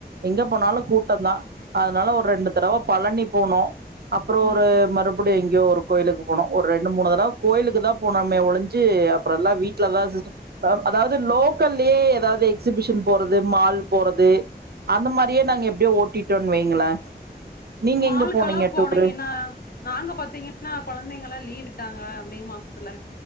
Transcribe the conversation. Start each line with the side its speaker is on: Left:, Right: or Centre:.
Right: எங்க போனாலு கூட்ட தா அதனால ஒரு ரெண்டு தடவ பழனி போனோ அப்ற
Left: ஓகே
Right: ஒரு மறு அப்டி எங்கயோ ஒரு கோயிலுக்கு போனோ ஒரு ரெண்டு மூணு தடவ கோயிலுக்கு தா போனோமே ஒழிஞ்சு அப்றல்லா வீட்ல தா சிஸ்ட அதாவது லோக்கல்லயே எதாவது எக்ஸிபிஷன் போறது மால் போறது அந்த மாரியே
Left: ம்
Right: நாங்க எப்டியோ ஓட்டிட்டோன் வைங்களே நீங்க
Left: மாலுக்கலா
Right: எங்க போனீங்க
Left: போனீங்கனா
Right: டூரு
Left: நாங்க பாத்தீங்கனா கொழந்தைங்கலா லீவ் விட்டாங்க மே மாசத்துல